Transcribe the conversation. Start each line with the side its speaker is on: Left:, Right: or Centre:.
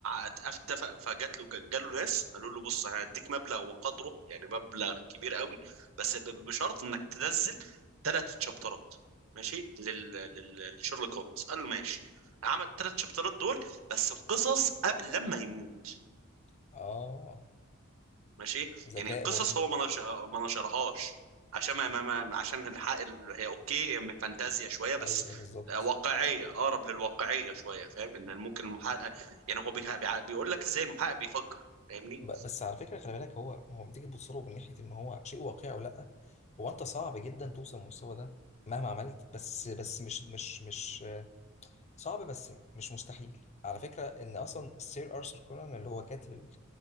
Right: اتفق فجات له جاله ناس قالوا له بص انا هديك مبلغ وقدره يعني مبلغ كبير قوي بس ب- بشرط انك تنزل ثلاث شابترات ماشي لل... لل... لشيرلوك هولمز قال له ماشي عمل ثلاث شابترات دول بس في قصص قبل لما يموت
Left: <laughs> اه
Right: ماشي
Left: ذكاء
Right: يعني القصص
Left: برضه
Right: هو ما نش- ما نشرهاش عشان ما ما ما- عشان الحق ال- هي اوكي من فانتازيا شويه بس
Left: ايوه بالظبط
Right: واقعيه اقرب للواقعيه شويه فاهم ان ممكن المحقق يعني هو بيها- بيع- بيقول لك ازاي المحقق بيفكر فاهمني
Left: ب- بس على فكره خلي بالك هو هو لما تيجي تبص له من ناحيه ان هو شيء واقعي او لا هو انت صعب جدا توصل للمستوى ده مهما عملت بس بس مش مش مش صعب بس مش مستحيل على فكرة ان اصلا السير ارثر كونان اللي هو كاتب ال-